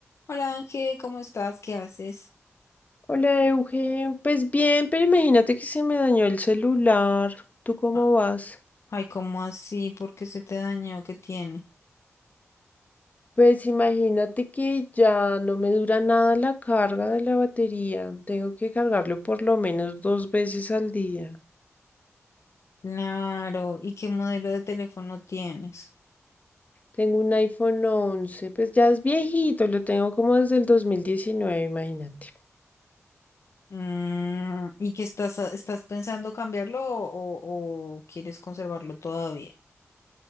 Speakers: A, on the left; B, on the left.
A: Hola Ángel, ¿cómo estás? ¿Qué haces?
B: Hola, Eugen. Pues bien, pero imagínate que se me dañó el celular. ¿Tú cómo
A: A-
B: vas?
A: Ay, ¿cómo así? ¿Por qué se te dañó? ¿Qué tiene?
B: Pues imagínate que ya no me dura nada la carga de la batería. Tengo que cargarlo por lo menos dos veces al día.
A: Claro, ¿y qué modelo de teléfono tienes?
B: Tengo un iPhone once, pues ya es viejito, lo tengo como desde el 2019, imagínate.
A: Mm, ¿y qué estás, a- estás pensando cambiarlo o, o- o quieres conservarlo todavía?